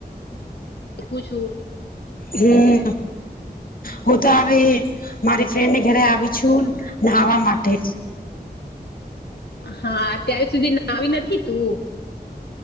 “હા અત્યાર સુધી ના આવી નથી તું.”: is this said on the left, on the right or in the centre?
Left